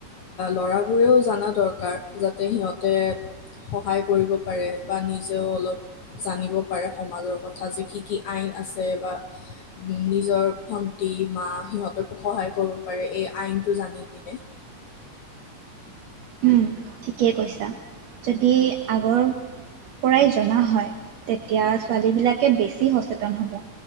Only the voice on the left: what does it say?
ল'ৰাবোৰেও জানা দৰকাৰ যাতে সিহঁতে সহায় কৰিব পাৰে বা নিজেও অলপ জানিব পাৰে সমাজৰ কথা যে কি কি আইন আছে বা নিজৰ ভণ্টি মা সিহঁতকো সহায় কৰিব পাৰে এই আইনটো জানি পিনে